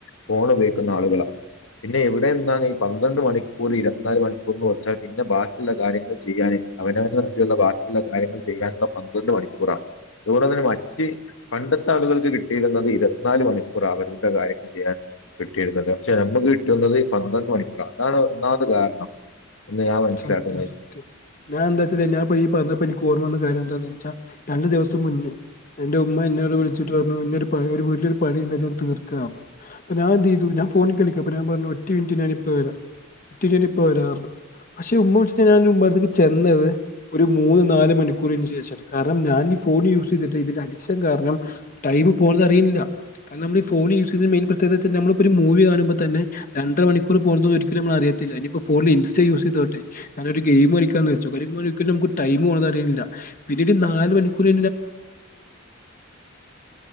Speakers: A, on the left; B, on the left.
A: ഫോണ് ഉപയോഗിക്കുന്ന ആളുകളാ പിന്നെ എവിടെ നിന്നാണ് ഈ പന്ത്രണ്ട് മണിക്കൂറ് ഇരുപത്തിനാല് മണിക്കൂർന്ന് കൊർച്ചാ പിന്നെ പിന്നെ ബാക്കിള്ള കാര്യങ്ങൾ ചെയ്യാന് അവനവന് വേണ്ടിയുള്ള ബാക്കിയുള്ള കാര്യങ്ങൾ ചെയ്യാനുള്ള പന്ത്രണ്ട് മണിക്കൂറാ അതുകൊണ്ടു തന്നെ മറ്റ് പണ്ടത്തെ ആളുകൾക്ക് കിട്ടിയിരുന്നത് ഇരുപത്തിനാല് മണിക്കൂറാ അവരുടെ കാര്യങ്ങൾ ചെയ്യാൻ കിട്ടിയിരുന്നത് പക്ഷെ നമക്ക് കിട്ടുന്നത് പന്ത്രണ്ട് മണിക്കൂർ അതാണ് ഒന്നാമതെ കാരണം എന്ന് ഞാൻ മനസ്സിലാക്കുന്നത്
B: സത്യം സത്യം ഞാ എന്താച്ചല് ഞാപ്പൊ ഈ പർഞ്ഞപ്പോ എനിക്ക് ഓർമ്മവന്ന കാര്യം എന്താ നല്ല ദിവസം മുന്നേ എന്റെ ഉമ്മ എന്നോട് വിളിച്ചിട്ട് പർ ഞ്ഞുരു പണി ഒരു വീട്ടിലൊരു പണിണ്ട് ഇജ്ജോന്നു തീർക് ന്നർഞ്ഞു പ്പ ഞാൻ എന്തയ്തു ഞാൻ ഫോണിൽ കളിക്ക പ്പ ഞാൻ പർഞ്ഞു ഒറ്റ മിന്റ് ഞാനിപ്പ വരാ ഒറ്റ ഞാനിപ്പ വരാർ ഞ്ഞു പക്ഷെ ഉമ വിളിച്ചിട്ട് ഞാൻഉമ്മന്റെടുത്ക്ക് ചെന്നത് ഒരു മൂന്ന് നാല് മണിക്കൂറിന് ശേഷാണ് കാരണം ഞാൻ ഫോൺ യൂസ് ചെയ്തിട്ട് ഇതിന്റെ അഡിക്ഷൻ കാരണം ടൈം പോണ്തറിയ്ണില്ല കാരണം നമ്മൾ ഫോൺ യൂസ് ചെയ്യുന്ന മെയ്ൻ പ്രത്യേകതച്ചാന്നാ നമ്മളിപ്പോരു ഒരു മൂവി കാണുമ്പോ തെന്നെ രണ്ടര മണിക്കൂർ പോക്ണത് ഒരിക്കലും നമ്മള് അറിയ തില്ല ഇനിപ്പോ ഫോൺല് ഇൻസ്റ്റ യൂ തോട്ടെ ഞാനൊ ഗെയിം കളിക്കാന്ന് <unintelligible> പിന്നീട് നാല് മണിക്കൂ <unintelligible>